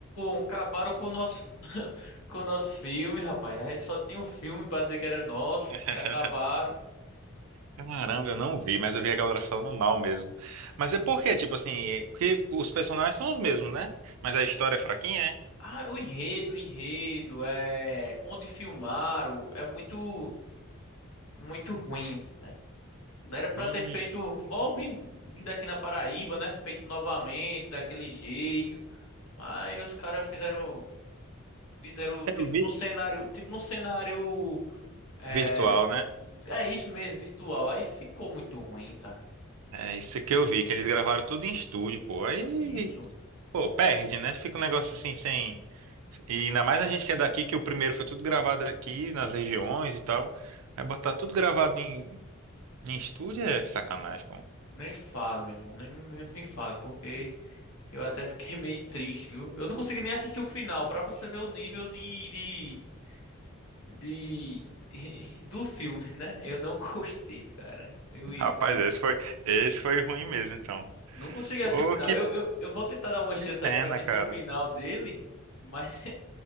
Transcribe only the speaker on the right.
<laughs>
Caramba, eu não vi, mas eu vi a galera falando mal mesmo. Mas é porque Tipo assim, porque os personagens são os mesmos, né? Mas a história é fraquinha, é?
Vi.
Eu vi.
Virtual, né?
É isso que eu vi, que eles gravaram tudo em estúdio, pô. Aí,
pô, perde, né? Fica um negócio assim, sem. E ainda mais a gente que é daqui, que o primeiro foi tudo gravado aqui nas regiões e tal. Aí botar tudo gravado em Em estúdio é sacanagem, pô.
Rapaz, esse foi, esse foi ruim mesmo, então.
Pô,
que
pena,
cara.